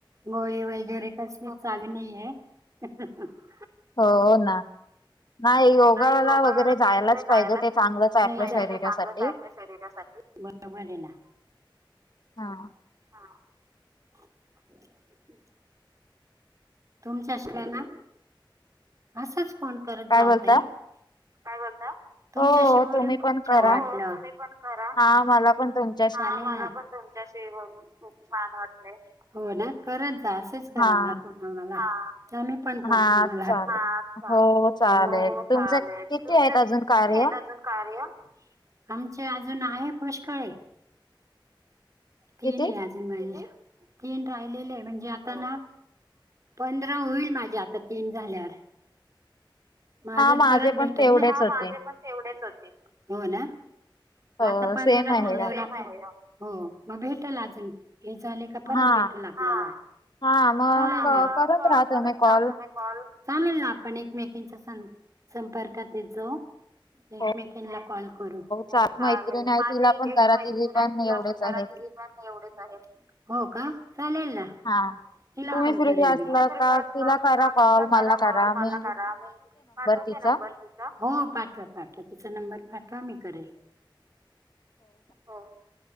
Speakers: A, on the right (about 40°); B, on the left (about 55°).
A: गोळी वगैरे कसली चालू नाही हाय <inaudible>
B: हो ना नाही योगाला
A: नाही योगाला
B: वगैरे जायलाच पाहिजे ते चांगलंच आहे
A: नाही
B: आपल्या
A: जा पाहिजे
B: शरीरासाठी
A: ते चांगलंच आहे आपल्या शरीरासाठी बरोबर हे ना
B: हा
A: हा तुमच्या शिवाय ना असंच फोन करत
B: काय
A: जाऊ
B: बोलता?
A: ताई काय बोलता तुमच्याशी
B: हो
A: बोलून
B: तुम्ही
A: खूप
B: पण करा.
A: छान वाटलं हो तुम्ही पण करा
B: हा मला पण तुम्ही
A: मला पण तुमच्याशी बोलून छान वाटतंय, हो ना करत जा असच करत
B: हा.
A: जा फोन आम्हाला जाणून पण करेल
B: हा
A: तुम्हाला,
B: चालेल
A: हा चालेल
B: हो चालेल
A: हो
B: तुमचं
A: चालेल
B: किती
A: तुमचं
B: आहेत अजून
A: किती
B: कार्य
A: आहेत अजून कार्य आमचे अजून आहे पुष्कळे तीन
B: किती
A: आहे अजून माझे किती तीन राहिलेले आहे म्हणजे हो का आता ना पंधरा होईल माझे आता तीन झाल्यावर म अजून
B: हा माझे
A: परत भेटल
B: पण तेवढेच
A: ना हा
B: होते
A: माझे पण तेवढेच होते हो ना मग
B: हो
A: आता पंधरा
B: सेम आहे
A: झाल्यावर आपण हो मग भेटल अजून हे झाले का परत
B: हा
A: भेटल आपल्याला हा
B: हा मग
A: चालेल
B: क-
A: ना मग
B: करत राहा
A: करत
B: तुम्ही कॉल
A: राहा तुम्हीच कॉल चालेल ना आपण एकमेकिंच्या सं संपर्कात येत जाऊ एकमेकींला
B: हो
A: कॉल करू हो
B: चा
A: चालेल
B: मैत्रीण आहे
A: माझी
B: तिला पण
A: एक
B: करा
A: मैत्री
B: तिझी
A: हाय तिला
B: एवढेच
A: पण करा
B: आहेत
A: तिजी पण एवढेच आहेत हो का चालेल ना तिला
B: हा तुम्ही
A: पण
B: फ्री
A: करेल
B: असला
A: मी तुम्ही फ्रीच
B: का
A: असलात
B: तिला करा
A: ना तिला
B: कॉल मला
A: करा कॉल मला
B: मी
A: करा पाठवते
B: तिचा
A: नंबर नंबर तिचा हो पाठवा पाठवा तिचा नंबर पाठवा मी करेल हो